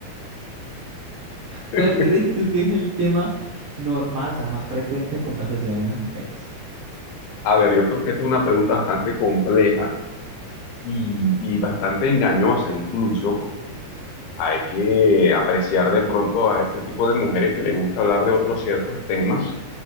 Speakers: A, on the right (about 55°); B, on the left (about 80°).
A: ¿Cuál
B: <laughs>
A: crees tú que es el tema normal, o sea, más frecuente de conversación en las mujeres?
B: A ver, yo creo que esta es una pregunta bastante compleja. y, y bastante engañosa incluso, porque hay que apreciar de pronto a este tipo de mujeres que les gusta hablar de otros ciertos temas